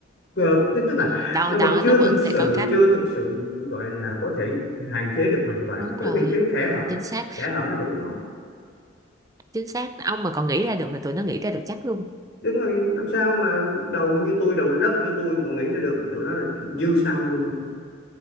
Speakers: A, on the left (about 55°); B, on the right (about 15°).
A: Ờ, tức tức là
B: ừ, đâu
A: nó
B: đó
A: vẫn chưa
B: nó vẫn
A: thực
B: sẽ
A: sự
B: có cách
A: chưa thực sự gọi là có thể hạn chế được hoàn toàn
B: đúng
A: bởi
B: rồi
A: vì cái kẽ hở
B: chính xác
A: kẽ hở nó vẫn có
B: chính xác ông mà còn nghĩ ra được là tụi nó nghĩ ra được chắc luôn
A: đúng rồi làm sao mà đầu như tôi đầu đất như tôi mà còn nghĩ ra được tụi nó là dư xăng luôn